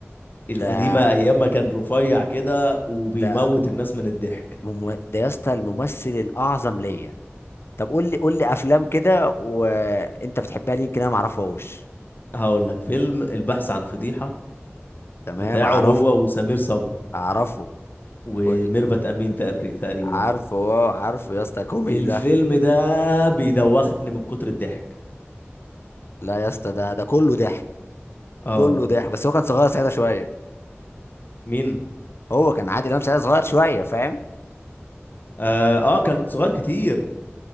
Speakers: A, on the left; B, on the left.
A: القديمه
B: ده
A: ايام ما كان رفيع كده وبيموت
B: ده
A: الناس من الضحك
B: مم... ده يا اسطى الممثل الاعظم ليا طب قول لي قول لي افلام كده وانت بتحبها ليه يمكن انا ما اعرفهاش
A: هقول لك فيلم البحث عن فضيحه
B: تمام
A: بتاعه
B: اعرف
A: هو وسمير صبري
B: اعرفه
A: وميرفت
B: قول
A: امين تقري- تقريبا
B: عارفه اه عارفه يا اسطى كوميدي
A: الفيلم
B: ده
A: ده بيدوخني من كتر الضحك
B: لا يا اسطى ده ده كله ضحك
A: اه
B: كله ضحك بس هو كان صغير ساعتها شويه
A: مين
B: هو كان عادل امام ساعتها صغير شويه فاهم
A: اه, آه كان صغير كتير